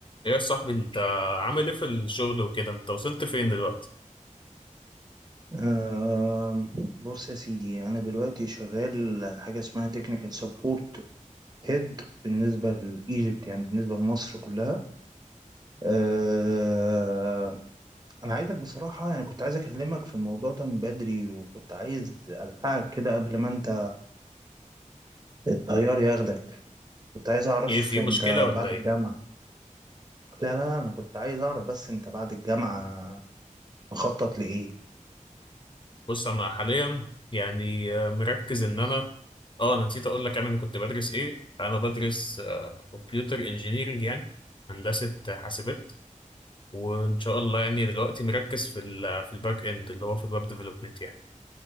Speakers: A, on the left; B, on the right.
A: ايه يا صاحبي انت عامل ايه في الشغل وكده انت وصلت فين دلوقتي
B: آم، بص يا سيدي أنا دلوقتي شغال حاجة اسمها تكنيكال سبورت هيد بالنسبة لإيجيبت يعني بالنسبة لمصر كلها آه، أنا عايزك بصراحة يعني كنت عايز أكلمك في الموضوع ده من بدري وكنت عايز ألحقك كده قبل ما أنت الطيار ياخدك كنت عايز أعرف
A: ايه في
B: أنت
A: مشكلة ولا
B: بعد
A: ايه
B: الجامعة لا لا لا أنا كنت عايز أعرف بس أنت بعد الجامعة مخطط لإيه
A: بص انا حاليا يعني آه، مركز ان انا اه انا نسيت اقول لك يعني انا كنت بدرس ايه انا بدرس كمبيوتر انجينيرنج يعني هندسة حاسبات وان شاء الله يعني دلوقتي مركز في ال في الباك اند اللي هو في الويب ديفلوبمنت يعني